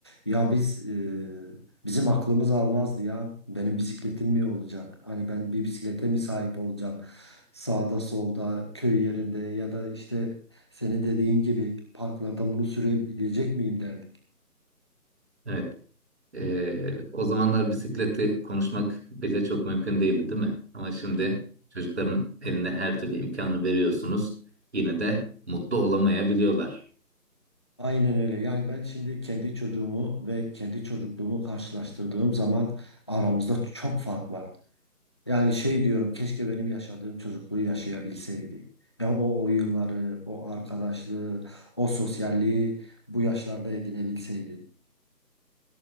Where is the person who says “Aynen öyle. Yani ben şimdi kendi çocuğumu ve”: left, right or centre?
Left